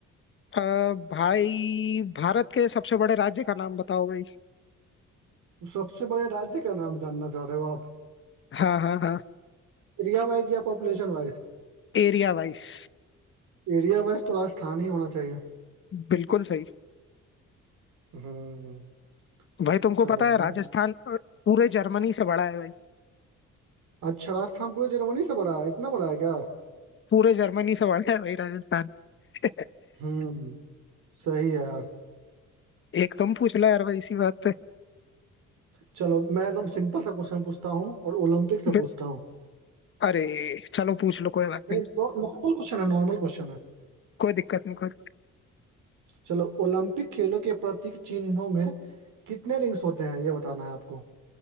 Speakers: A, on the left; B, on the right.
A: अ, भाई भारत के सबसे बड़े राज्य का नाम बताओ भाई
B: सबसे बड़े राज्य का नाम जानना चाह रहे हो आप
A: हाँ हाँ हाँ
B: एरिया वाइज या पॉपुलेशन वाइज
A: Area wise
B: एरिया वाइज तो राजस्थान ही होना चाहिए
A: बिल्कुल सही
B: हम्म
A: भाई तुमको
B: चलो
A: पता है
B: मैं-
A: राजस्थान अ, पूरे जर्मनी से बड़ा है भाई
B: अच्छा राजस्थान पूरे जर्मनी से बड़ा है इतना बड़ा है क्या
A: पूरे जर्मनी से बड़ा है भाई राजस्थान <laughs>
B: हम्म सही है यार
A: एक तुम पूछ लो यार भाई इसी बात
B: चलो मैं एकदम सिंपल सा क्वेश्चन पूछता हूँ और ओलंपिक से
A: पे
B: पूछता हूँ
A: अरे चलो पूछ लो कोई बात
B: नहीं
A: नहीं
B: नॉर्मल क्वेश्चन है नॉर्मल क्वेश्चन है
A: कोई दिक्कत नहीं कोई
B: चलो ओलंपिक खेलों के प्रतीक चिन्हों में कितने रिंग्स होते हैं ये बताना है आपको